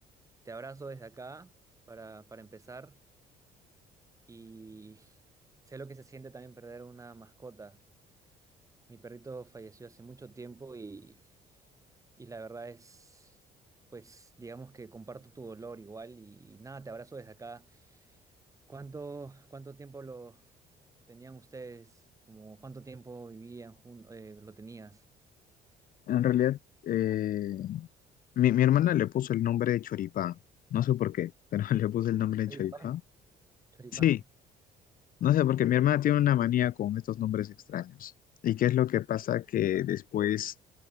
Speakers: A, on the right (about 20°); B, on the left (about 55°).
A: Te abrazo desde acá para, para empezar y sé lo que se siente también perder una mascota. Mi perrito falleció hace mucho tiempo y, y la verdad es, pues, digamos que comparto tu dolor igual y nada, te abrazo desde acá. ¿Cuánto, cuánto tiempo lo tenían ustedes? Como, ¿cuánto tiempo vivían juntos? ¿lo tenías?
B: En realidad, eh, mi, mi hermana le puso el nombre de Choripán, no sé por qué, pero <laughs> le puso el nombre de
A: Choripán.
B: Choripán.
A: Choripán.
B: Sí, no sé, porque mi hermana tiene una manía con estos nombres extraños. ¿Y qué es lo que pasa? Que después